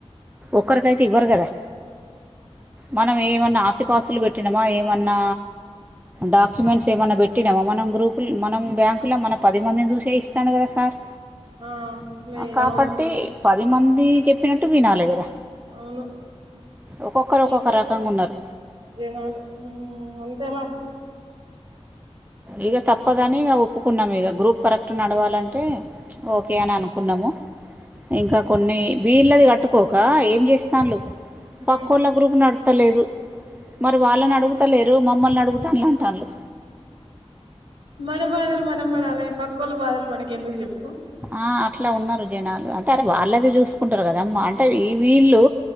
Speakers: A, on the right (about 15°); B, on the right (about 55°).
A: ఒక్కరికైతే ఇవ్వరు కదా మనం ఏమన్నా ఆస్తిపాస్తులు పెట్టినామా ఏమన్నా డాక్యుమెంట్స్
B: ఉమ్
A: ఏమన్నా పెట్టినామ మనం గ్రూపు మనం బ్యాంక్ <unintelligible> మన పది మందిని చూసే ఇస్తాను కదా సార్
B: ఆ మే
A: కాబట్టి
B: అవును
A: పది మంది చెప్పినట్టు వినాలి కదా
B: అవును
A: ఒక్కొక్కరు ఒక్కొక్క
B: ఏందో
A: రకంగా ఉన్నారు
B: జనాలు హ్మ్ అంతే మరి
A: ఇక తప్పదని
B: చెప్తే
A: ఇక ఒప్పుకున్నాం ఇక గ్రూప్ కరెక్ట్ నడవాలంటే ఓకే అని అనుకున్నాము ఇంకా కొన్ని వీళ్ళది కట్టుకోక ఏం చేస్తాండ్లు పక్క
B: ఉమ్
A: వాళ్ళ గ్రూప్ నడతలేదు మరి వాళ్ళని అడుగుతలేరు మమ్మల్ని అడుగుతాను అంట వాళు
B: మన బాధలు మనం పడాలి పకోళ్ళ బాధలు మనకి ఎందుకు చెప్పు
A: ఆ అట్లా ఉన్నారు జనాలు అంటే అది వాళ్ళది చూసుకుంటారు కదా అమ్మా అంటే ఈ వీళ్ళు